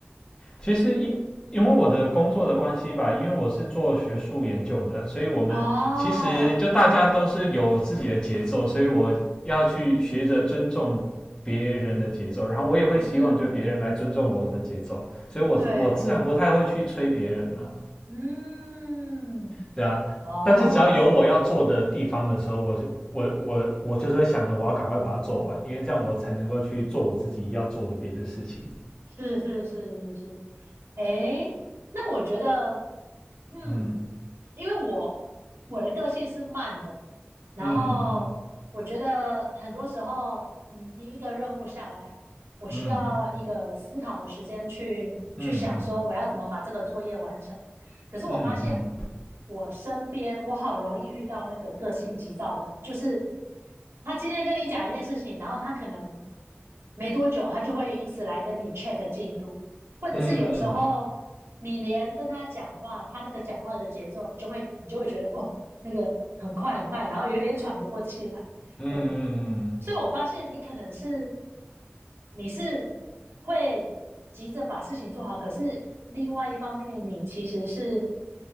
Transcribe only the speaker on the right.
哦，
嗯哼，
对，嗯，
哦，
是是是是是，诶，那我觉得，嗯，
因为我我的个性是慢的，然后我觉得很多时候你，
你一个任务下来，我需要一个思考的时间去去想说我要怎么把这个作业完成。
可是我发现
我身边我好容易遇到那个个性急躁的人，就是他今天跟你讲一件事情，然后他可能没多久他就会一直来跟你 check 进度。或者是有时候你连跟他讲话，
他那个讲话的节奏，你就会你就会觉得哦，那个很快很快，然后有点喘不过气来。
对，所以我发现你可能是你是会急着把事情做好，可是另外一方面，你其实是